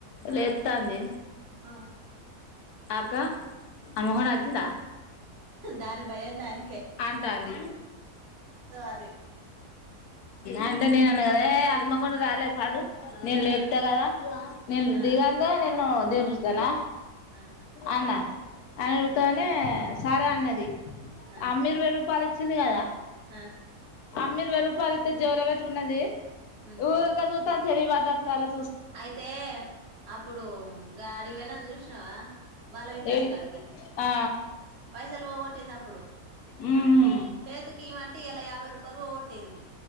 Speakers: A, on the left; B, on the right.
A: లేపుతుంది
B: ఆ ఆ
A: అక్క హనుమకొండ వచ్చింద
B: దాని భయం దానికి
A: ఏంటంది
B: అని
A: అంటే నేను అనగదే హనుమకొండ రాలే పండు నేను లేపుతా
B: ఆ
A: కదా నేను
B: ఆ
A: దిగందే నేను దింపేస్తన
B: ఆ
A: అనా అతోనే
B: ఆ
A: సరే అన్నది
B: ఆ
A: అమ్ ఇరవై రూపాయ ఇచ్చింది కదా
B: అ
A: అమ్మ ఇరవై రూపాయలు ఇతే జోలో పెట్టుకున్నది
B: ఉమ్
A: ఉరికే <unintelligible> <unintelligible>
B: అయితే అప్పుడు గాడివోనం చూసినావా బాల వికాస్
A: ఏడి
B: కాడికి
A: ఆ
B: పైసలు పోగొట్టినప్పుడు
A: ఉహు
B: సేతుకీ వంట ఎలయా వేరూపాయలు పోగోట్ ట్టింది